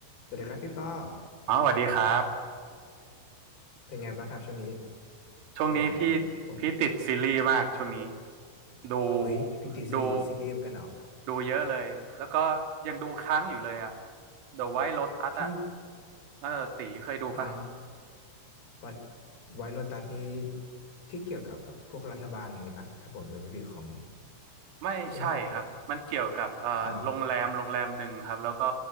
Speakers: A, on the left; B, on the right.
A: สวัสดีครับพี่ป้อ
B: อ๋อสวัสดีครับ
A: เป็นไงบ้างครับช่วงนี้
B: ช่วงนี้พี่พี่ติดซีรีส์มากช่วงนี้
A: สบายดีไหมผม
B: ดู
A: อุ้ยพี่ติดซีซีรีส์เหมือนกันเหรอ
B: ดูดูเยอะเลย แล้วก็ยังดูค้างอยู่เลยอะ The White Lotus
A: พี่
B: อะเออตีเคยดูปะ
A: อ๋อไวไวโรตัสนี้ที่เกี่ยวกับแบบพวกรัฐบาลอย่างงี้ปะถ้าผมจำไม่ผิดของ
B: ไม่ใช่ครับ
A: ใช่ไหม
B: มันเกี่ยวกับเอ่อโรงแรมโรงแรมหนึ่งครับแล้วก็
A: อ๋อ